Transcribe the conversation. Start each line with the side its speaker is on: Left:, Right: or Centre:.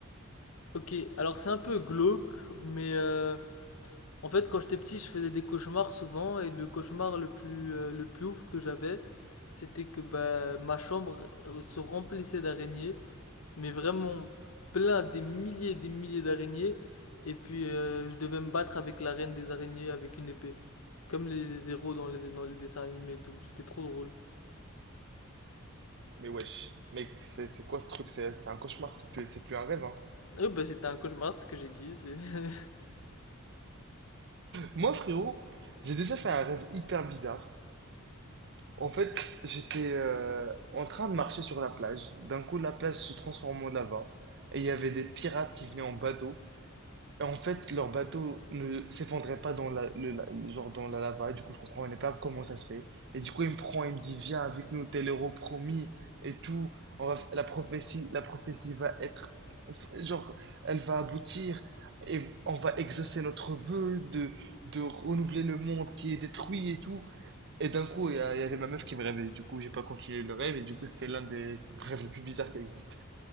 Left: Ok, alors c'est un peu glauque, mais euh, en fait quand j'étais petit je faisais des cauchemars souvent et le cauchemar le plus, euh, le plus ouf que j'avais c'était que bah, ma chambre se remplissait d'araignées, mais vraiment plein des milliers et des milliers d'araignées et puis euh, je devais me battre avec la reine des araignées avec une épée, comme les héros dans les, dans les dessins animés et tout, c'était trop drôle.
Right: mais wesh. Mec, c'est, c'est quoi ce truc? C'est, c'est un cauchemar, c'est plus, c'est plus un rêve, hein.
Left: Oui bah c'était un cauchemar c'est ce que j'ai dit, c'est- <laughs> je
Right: Moi, frérot, j'ai déjà fait un rêve hyper bizarre. En fait, j'étais euh, en train de marcher sur la plage. D'un coup, la plage se transforme en lava. Et il y avait des pirates qui venaient en bateau. En fait, leur bateau ne s'effondrait pas dans la, le, la- le- genre dans la lava, et du coup, je comprenais pas comment ça se fait. Et du coup, il me prend, il me dit, viens avec nous, t'es l'héros promis et tout. On va, f- la prophétie, la prophétie va être, genre, elle va aboutir et on va exaucer notre vœu de, de renouveler le monde qui est détruit et tout. Et d'un coup, il y, a- il y avait ma meuf qui me rêvait. Du coup, j'ai pas continué le rêve et du coup, c'était l'un des rêves les plus bizarres qui existent.